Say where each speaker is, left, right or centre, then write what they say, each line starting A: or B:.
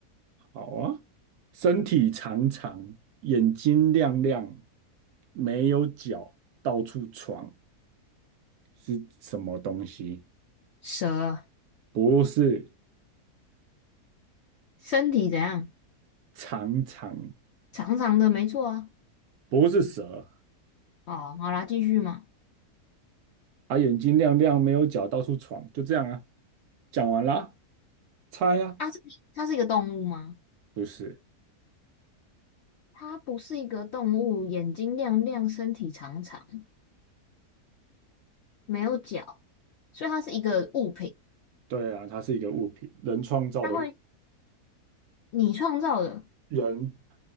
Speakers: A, on the right; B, on the left.
A: 好啊，身体长长，眼睛亮亮，没有脚，到处闯，是什么东西？
B: 蛇
A: 不是
B: 身体怎样？
A: 长长。
B: 长长的，没错啊。
A: 不是蛇，
B: 哦，好啦，继续嘛。
A: 它眼睛亮亮，没有脚，到处闯，就这样啊。讲完啦，猜呀、
B: 啊，这它是一个动物吗？
A: 不是，
B: 它不是一个动物，眼睛亮亮，身体长长，没有脚，所以它是一个物品。
A: 对啊，它是一个物品，人创造的物
B: 它会你创造的，
A: 人